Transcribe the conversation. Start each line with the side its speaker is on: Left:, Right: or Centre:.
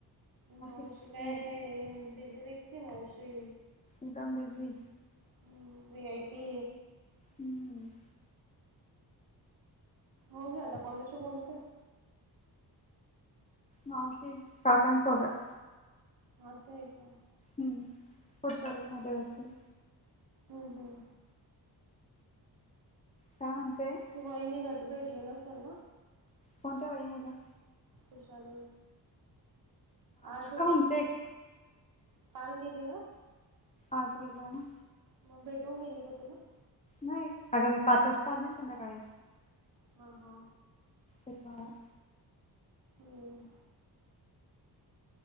Right: मावशी
Left: बिझी
Right: काय
Left: आहे
Right: बिझी व्यक्ती मावशी.
Left: एकदम बिझी.
Right: हम्म व्ही आय पी
Left: हम्म
Right: भाऊजी आता कोणाशी बोलते?
Left: मावशी काकांसोबत.
Right: असं आहे काय?
Left: हम्म पुढच्या रूम मध्ये असतील.
Right: हम् हम्.
Left: काय म्हणतेय?
Right: वहिणीला तू भेटली नसेल ना?
Left: कोणत्या वहीनीला?
Right: विशाली आज
Left: का म्हणते
Right: काल गेली ना.
Left: आज गेला ना
Right: मग भेटून गेली का तुला?
Left: नाही, आगं मी पाच वाजता आले ना संध्याकाळी.
Right: हा हा.
Left: हो का.
Right: हम्म